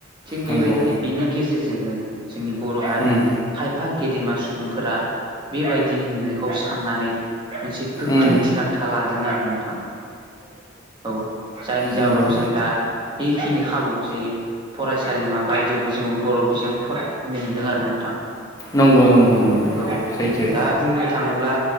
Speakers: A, on the right (about 25°); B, on the left (about 15°).
A: थिग बेबायदिनो
B: नंगौ
A: बेनि गेजेरजोंनो जोंनि बर' हारिनि
B: उम
A: खायफा गेदेमा सुबुं सुबुंफोरा बेबायदि नुनायखौ साननानै मोनसे गोख्रों
B: उम
A: थिरांथा लादों। आरो ना नोंथां। औ। जायनि जाउोनाव
B: नंगौ
A: जों दा बेखिनि खाबु जे फरायसालिमा बायदियावबो जोंङो बर' बिजों फरायनो मोनदों आरो ना नोंथां।
B: नंगौ नंगौ। नंगौ
A: औ
B: सैथो
A: दा बुंनो थाङोब्ला